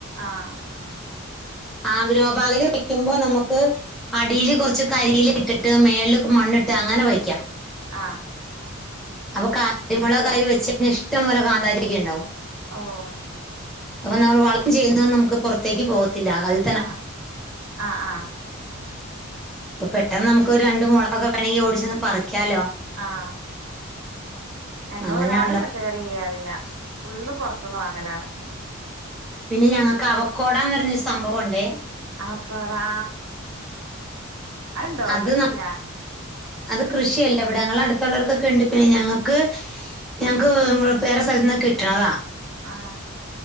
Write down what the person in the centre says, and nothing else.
ആഹ് ഗ്രോബാഗില് വെക്ക്യുമ്പോ നമ്മക്ക് അടീല് കൊറച്ച് കരീല ഇട്ടിട്ട് മേൾള് മണ്ണ്ട്ട് അങ്ങനെ വെയ്ക്കാം
അപ്പൊ കാര്മൊളക് അയില് വെച്ച ഇഷ്ടംപോലെ കാന്താരിക്കെണ്ടാവും
അപ്പൊ നമ്മള് വൾക് ചെയ്യുന്നതൊന്നും നമുക്ക് പുറത്തേക്ക് പോവത്തില്ല അൽ
പ്പൊ പെട്ടെന്ന് നമുക്കൊരു രണ്ട് മൊളകൊക്കെ വേണങ്കി ഓടിച്ചെന്ന് പറിക്യാലോ
അങ്ങനെയുള്ള
പിന്നെ ഞങ്ങക്ക് അവക്കോടാന്ന് പറഞ്ഞൊരു സംഭവം ണ്ടേ
അത്
ന- അത് കൃഷിയല്ല ഇവിടെ ഞങ്ങളെ അടുത്തുള്ളോർക്കൊക്കെ ഉണ്ട് പിന്നെ ഞങ്ങൾക്ക് ഞങ്ങക്ക് വേറെ സ്ഥലത്തുന്നൊക്കെ കിട്ട്ണത്താ